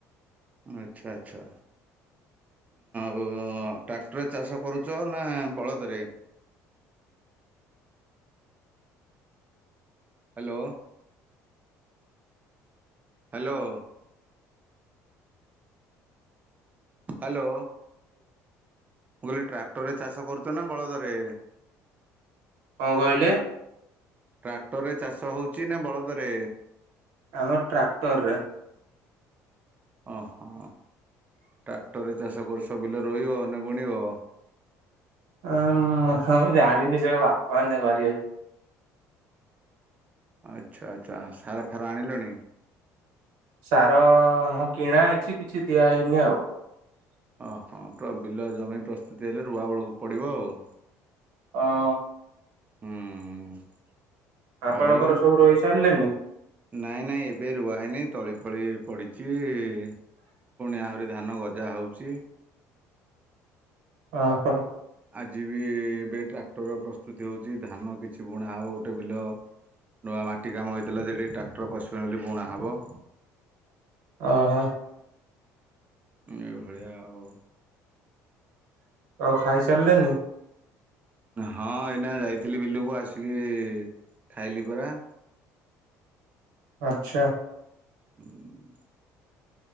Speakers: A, on the right (about 25°); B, on the right (about 85°).
A: ଆଚ୍ଛା ଆଚ୍ଛା। ଟ୍ରାକ୍ଟରରେ ଚାଷ କରୁଛ ନା ବଳଦରେ ହ୍ୟାଲୋ! ହ୍ୟାଲୋ! ହ୍ୟାଲୋ! ମୁଁ କହିଲି ଟ୍ରାକ୍ଟର ରେ ଚାଷ କରୁଛ ନା ବଳଦରେ?
B: କଣ କହିଲେ?
A: ଟ୍ରାକ୍ଟର ରେ ଚାଷ ହଉଚ ନା ବଳଦରେ?
B: ଆମ ଟ୍ରାକ୍ଟରରେ।
A: ଅ ହ। ଟ୍ରାକ୍ଟରରେ ଚାଷ କରୁଛ ବିଲ ରୋଇବ ନା ବୁଣିବ?
B: ଉଁ ମୁଉଁ ଜାଣିନି ସେ ବାପା ମ କରିବେ।
A: ଆଚ୍ଛା ଆଚ୍ଛା ସାରା ଫାର ଆଣିଲଣି?
B: ସାର ହଁ କିଣା ହେଇଛି କିଛି ଦିଆହଇନି ଆଉ।
A: ହଁ ହଁ ବିଲ ଜମି ପ୍ରସ୍ତୁତି ହେଲେ ରୁଆବେେଳକୁ ପଡ଼ିବ ଆଉ।
B: ହଁ।
A: ହୁଁ।
B: ଆପଣଙ୍କର
A: ଆଉ
B: ସବୁ ରୋଇ ସାରିଲେନି?
A: ନାଇଁ ନାଇଁ ଏବେ ରୁଆ ହେଇନି ତଳି ଫଳି ପଡିଚି ଇ ପୁଣି ଆହୁରି ଧାନ ଗଜା ହଉଚି।
B: ଓ ହୋ।
A: ଆଜି ବି ଏବେ ଟ୍ରାକ୍ଟର ପ୍ରସ୍ତୁତି ହେଉଛି ଧାନ କିଛି ବୁଣା ହେବ ଗୋଟେ ବିଲ। ନୂଆ ମାଟି କାମ ହେଇଥିଲା ଯେ ହେଠି ଟ୍ରାକ୍ଟର ପଶିବନି ବୋଲି ବୁଣା ହବ।
B: ଓହୋ
A: ଏ ଘଳିଆ ଆଉ।
B: ଆଉ ଖାଇସାରିଲେନି।
A: ହଁ ଏଇନା ଯାଇଥିଲି ବିଲକୁ ଆସିକି ଖାଇଲି ପରା।
B: ଆଛା।
A: ହୁଁ।